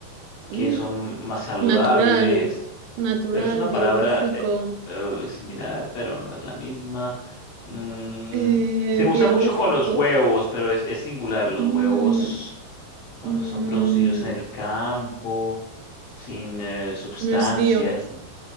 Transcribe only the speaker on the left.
que son más saludables,
pero es una
palabra eh, eh, similar, pero no es la misma. Mm,
se usa
mucho con los huevos, pero es, es singular, los
huevos cuando
son producidos en el campo, sin eh, sustancias,